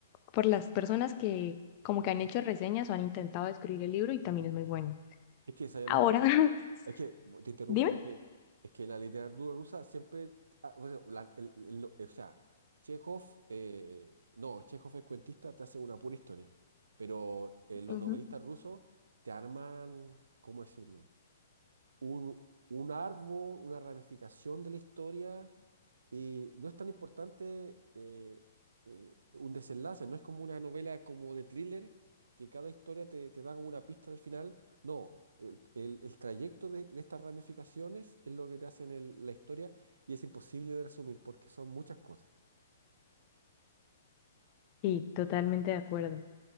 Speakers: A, on the left; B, on the right.
A: por las personas que como que han hecho reseñas o han intentado escribir el libro y también es muy bueno.
B: Es que, ¿sabes
A: Ahora,
B: lo que pasa?
A: <laughs>
B: Es que, te interrumpo,
A: dime.
B: es que, es que la literatura rusa siempre, ah, o sea, la- el- el- lo- o sea, Chekhov, eh, no, Chekhov es cuentista, te hace una pura historia, pero eh, los
A: Ujú.
B: novelistas rusos te arman, ¿cómo decirlo? Un, un árbol, una ramificación de la historia y no es tan importante eh, eh, un desenlace, no es como una novela como de thriller, que cada historia te, te da como una pista del final. No, el, el- el trayecto de, de estas ramificaciones es lo que te hacen el- la historia y es imposible de resumir porque son muchas cosas.
A: Sí, totalmente de acuerdo.